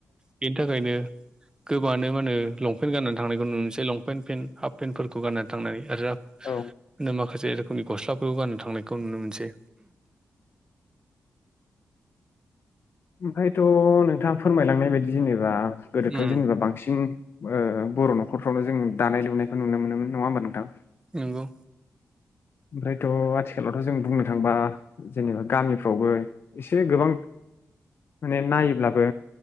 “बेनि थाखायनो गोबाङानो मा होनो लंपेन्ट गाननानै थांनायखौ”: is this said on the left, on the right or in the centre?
Right